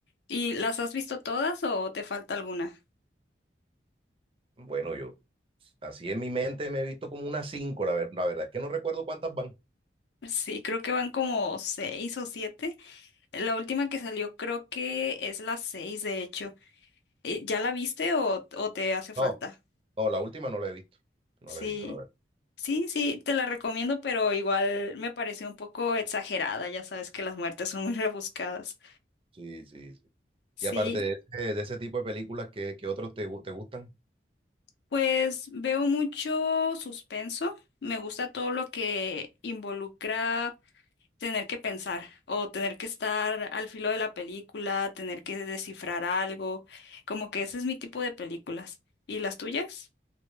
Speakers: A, on the left; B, on the right.
A: ¿Y las has visto todas o te falta alguna?
B: Bueno, yo así en mi mente me he visto como unas cinco, la, ver- la verdad es que no recuerdo cuántas van.
A: Sí, creo que van como seis o siete. La última que salió creo que es la 6 de hecho. Eh, ¿Ya la viste o, o te hace falta?
B: No, no, la última no la he visto. No
A: Sí,
B: la he visto, la verdad.
A: sí, sí, te la recomiendo, pero igual me pareció un poco exagerada, ya sabes que las muertes son muy rebuscadas.
B: Sí, sí, sí.
A: Sí,
B: Y aparte de ese, de ese tipo de películas, ¿qué, qué otros te, gu- te gustan?
A: pues veo mucho suspenso, me gusta todo lo que involucra tener que pensar o tener que estar al filo de la película, tener que descifrar algo, como que ese es mi tipo de películas. ¿Y las tuyas?